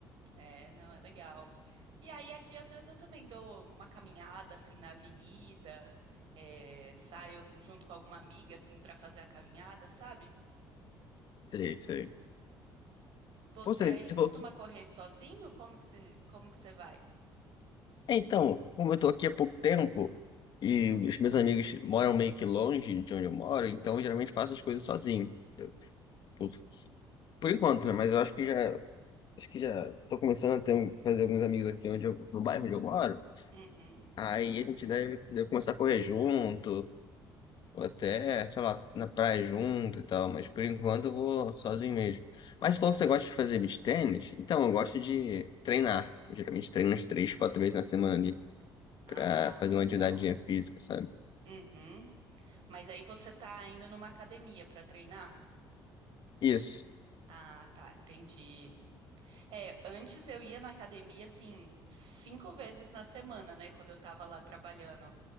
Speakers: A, on the right; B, on the left.
A: É, não, é legal. E aí aqui às vezes eu também dou uma caminhada assim na avenida, é, saio junto com alguma amiga assim para fazer a caminhada, sabe?
B: Sei, sei.
A: Você
B: Pô, você,
A: aí
B: você
A: costuma
B: falou... que-
A: correr sozinho? Como que você, como que você vai?
B: É, então, como eu tô aqui há pouco tempo e os meus amigos moram meio que longe de onde eu moro, então eu geralmente faço as coisas sozinho. Por por enquanto, né? Mas eu acho que já, acho que já tô começando a ter, um- fazer alguns amigos aqui onde eu, no bairro onde eu moro.
A: Uhum.
B: Aí a gente deve, deve começar a correr junto, ou até, sei lá, na praia junto e tal. Mas por enquanto eu vou sozinho mesmo. Mas se for que você gosta de fazer beach tênis, então eu gosto de treinar. Eu geralmente treino umas três, quatro vezes na semana ali
A: Ah,
B: pra fazer
A: legal.
B: uma atividade física, sabe?
A: Uhum. Mas aí você tá indo numa academia para treinar?
B: Isso.
A: Ah, tá, entendi. É, antes eu ia na academia assim cinco vezes na semana, né, quando eu tava lá trabalhando.